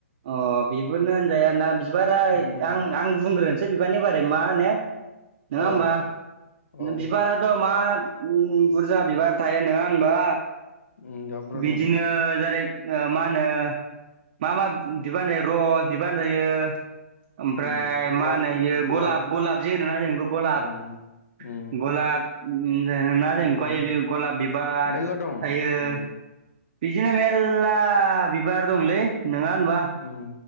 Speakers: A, on the right; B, on the left.
A: अ बिबोनो होनजायाना बिबाराय
B: उम
A: आं आं बुंग्रोनोसै बिबारनि बारै मा नो नङा होमबा
B: अ अ
A: बिबाराथ' मा उम बुरजा बिबार थायो नङा होनबा?
B: उम दाबोराव
A: बिदिनो
B: दं
A: जेरै ओ मा होनो मा मा बिबार जायो र' बिबार जायो ओमफ्राय
B: उम गुलाब
A: मा होनो इयो
B: गुलाब
A: गलाब गलाब जे होनोना जों इखौ गलाब
B: उम
A: ।
B: उम
A: गलाब <unintelligible> जों
B: उम
A: गय गलाब बिबार
B: मेरला
A: थायो
B: दं
A: ।
B: उम
A: बिदिनो मेल्ला बिबार दंलै नोङा होनबा?
B: उम